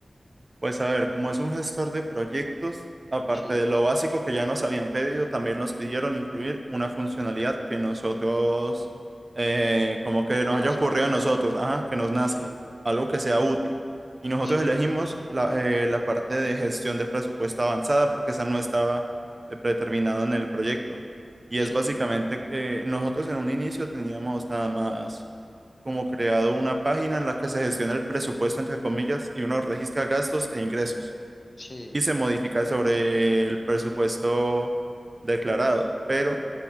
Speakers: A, on the right (about 40°); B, on the left (about 40°).
A: Pues a ver, como es un gestor de proyectos, aparte
B: Sí,
A: de lo básico que ya nos habían pedido, también nos pidieron incluir una funcionalidad que nosotros, eh, como que
B: es
A: nos
B: Nazca,
A: haya ocurrido
B: pues,
A: a nosotros, ajá, que nos nazca,
B: sí,
A: algo que sea útil. Y nosotros
B: sí,
A: elegimos la, eh, la parte de gestión de presupuesto avanzada porque esa no estaba de predeterminado en el proyecto. Y
B: sí,
A: es básicamente, eh, nosotros en un inicio teníamos nada más como creado una página en la que se gestiona el presupuesto, entre comillas, y uno registra gastos e ingresos
B: sí,
A: y se modifica sobre el presupuesto declarado. Pero